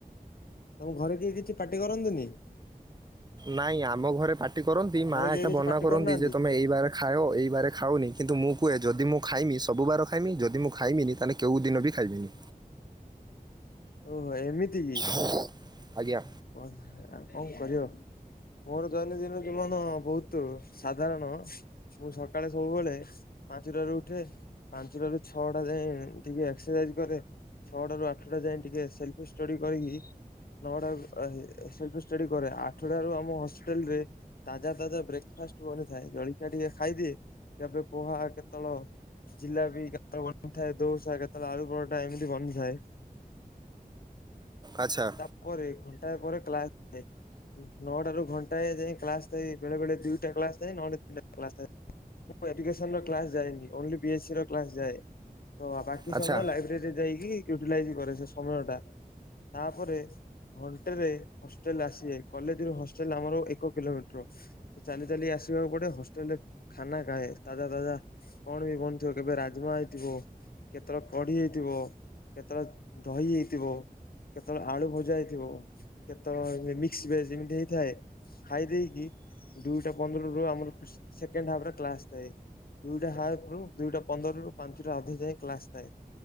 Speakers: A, on the left; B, on the right.
A: ତମ ଘରେ କେହି କିଛି ପାର୍ଟି କରନ୍ତନି?
B: ନାଇଁ ଆମ ଘରେ ପାର୍ଟି କରନ୍ତି ମା
A: ଘରେ କେହି
B: ଏକା
A: କିଛି
B: ବନା
A: ପାଟି
B: କରନ୍ତି
A: କରୁନାହାନ୍ତି?
B: ଯେ ତମେ ଏଇ ବାର ଖାଅ ଏଇ ବାରେ ଖାଉନି କିନ୍ତୁ ମୁଁ କୁହେ ଯଦି ମୁଁ ଖାଇମି ସବୁବାର ଖାଇମି ଯଦି ମୁଁ ଖାଇମିନି ତାହେଲେ କେଉଁ ଦିନ ବି ଖାଇବିନି।
A: ଓହୋ ଭାଇ ଏମିତି କି?
B: ଆଜ୍ଞା।
A: ବସ ଆଉ କଣ କରିବ? ମୋର ଦୈନଦିନ ଜୀବନ ବହୁତ ସାଧାରଣ ମୁଁ ସକାଳେ ସବୁବେଳେ ପାଞ୍ଚଟାରୁ ଉଠେ ପାଞ୍ଚଟାରୁ ଛଅଟା ଯାଏ ଟିକେ ଏକ୍ସରସାଇଜ କରେ। ଛଅଟା ରୁ ଆଠଟା ଯାଏ ଟିକେ ସେଲଫି ଷ୍ଟଡି କରିକି ନଅଟା ଆ ସେଲଫି ଷ୍ଟଡି କରେ ଆଠଟା ରୁ ଆମ ହଷ୍ଟେଲରେ ତାଜା ତାଜା ବ୍ରେକ ଫାଷ୍ଟ ବନିଥାଏ ଜଳିକିଆ ଟିକେ ଖାଇଦିଏ ତା ପୋହା କେତେଳ ଜିଲାପି କେତେବେଳେ ବନିଥାଏ ଦୋସା କେତେବେଳେ ଆଳୁ ପରଟା ଏମିତି ବନିଥାଏ।
B: ଆଚ୍ଛା।
A: ତା ପରେରେ ଘଣ୍ଟା ପରେ କ୍ଲାସ ଥାଏ। ନଅଟା ରୁ ଘଣ୍ଟା ଯାଏ କ୍ଲାସ ଥାଏ ବେଳେ ବଳେ ଦିଇଟା କ୍ଲାସ ଯଏ ନହେଲେ ତିନିଟା କ୍ଲାସ ଥାଏ। ମୁଁ ଏଜୁକେସନ୍ କ୍ଲାସ ଯାଏନି ଓନଲି ବି ଏ ସି ର କ୍ଲାସ ଯାଏ। ତ ବାକି
B: ଆଚ୍ଛା
A: ସମୟ ଲାଇବ୍ରେରୀରେ ଯାଇକି ୟୁଟିଲାଇଜ କରେ ସେ ସମୟ ଟା। ତାପରେ ଘଣ୍ଟେରେ ହଷ୍ଟେଲ ଆସିବେ କଲେଜର ହଷ୍ଟେଲ ଆମର ଏକ କିଲୋମିଟର। ଚାଲି ଚାଲି ଆସିବାକୁ ପଡେ ହଷ୍ଟେଲ ରେ ଖାନା କାଏଁ ତାଜା ତାଜା। କଣ ବି ବନିଥିବ କେବେ ରାଜମା ହେଇଥିବ। କେତେବେଳେ କ଼ଡ଼ି ହେଇଥିବ କେତେବେଳେ ଦହି ହେଇଥିବ। କେତେବେଳେ ଆଳୁ ଭଜା ହେଇଥିବ କେତେବେଳେ ମିକ୍ସ ଭେଜ ଏମତି ହେଇଥାଏ। ଖାଇ ଦେଇକି ଦୁଇଟା ପନ୍ଦର ରୁ ଆମର ସେକେଣ୍ଡ ହାପରେ କ୍ଲାସ ଥାଏ। ଦୁଇଟା ହାଫ ରୁ ଦୁଇଟା ପନ୍ଦରରୁୁ ପାଞ୍ଚରୁ ଅଧ ଯାଏଁ କ୍ଲାସ ଥାଏ।